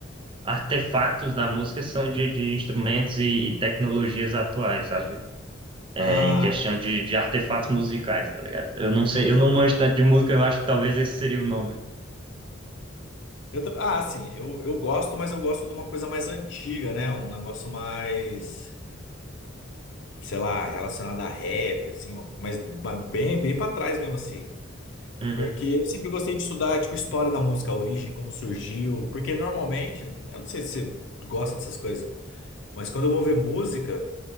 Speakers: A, on the right (about 25°); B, on the left (about 60°).
A: artefatos da música, são de, de instrumentos e, e tecnologias atuais, sabe? É,
B: Ah,
A: em questão de, de artefatos musicais, tá ligado? Eu não sei, eu não manjo tanto de música, eu acho que talvez esse seria o nome.
B: eu também. Ah, assim, eu, eu gosto, mas eu gosto de uma coisa mais antiga, né? Um negócio mais. sei lá, relacionado a rap, assim, ó, mas ba- bem, bem para trás mesmo, assim.
A: Uhum.
B: Porque eu sempre gostei de estudar, tipo, história da música, a origem, como surgiu. Porque normalmente, eu não sei se você gosta dessas coisas, mas quando eu vou ver música,